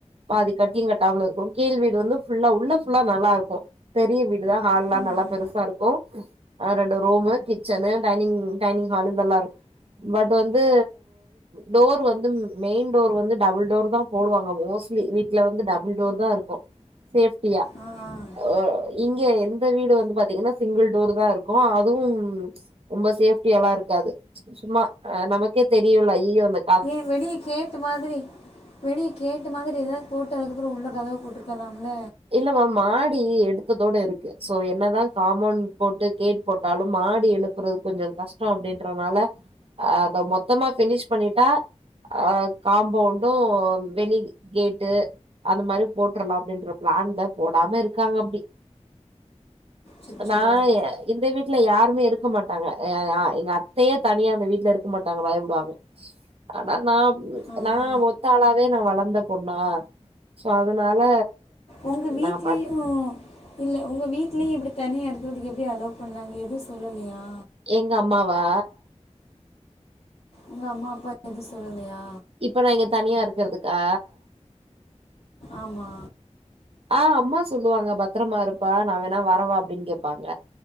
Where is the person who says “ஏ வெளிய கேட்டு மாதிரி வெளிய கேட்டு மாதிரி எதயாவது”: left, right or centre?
Left